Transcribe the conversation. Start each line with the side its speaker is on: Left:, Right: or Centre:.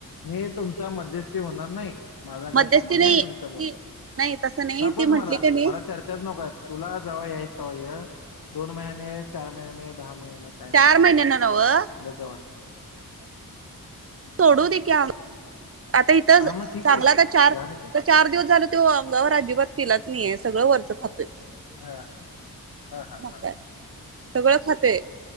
Left: मी तुमचा मध्यस्थी होणार नाही माझा काय
Right: मध्यस्थी
Left: संबंध नाही तुमच्या बोलण्यात
Right: ती नाही तसं नाही
Left: नकोच
Right: ती म्हंटली
Left: मला
Right: की नाही
Left: मला चर्चा चर्चा नको तुला जवा यायचं तवा ये स दोन महिने चार महिने दहा महिने नाही काय नाही
Right: चार
Left: विषय
Right: महिन्यांना
Left: तुला
Right: नवं
Left: काय
Right: तोडू दे की आम आता इथंच
Left: हा
Right: अ
Left: मग ठीक
Right: चांगला
Left: आहे की
Right: आता चार
Left: झालं की
Right: अ चार दिवस झाल तो अंगावर अजिबात पिलाच नाहीे सगळं वर सगळ खातोय
Left: हाहा हा
Right: मग
Left: हा
Right: काय
Left: ह
Right: सगळं खातोय